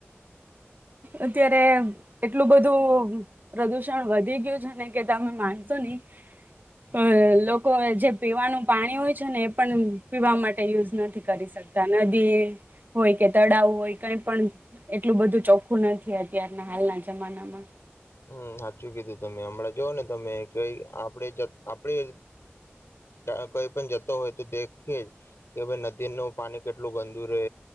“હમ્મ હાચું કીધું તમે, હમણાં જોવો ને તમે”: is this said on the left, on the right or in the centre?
Left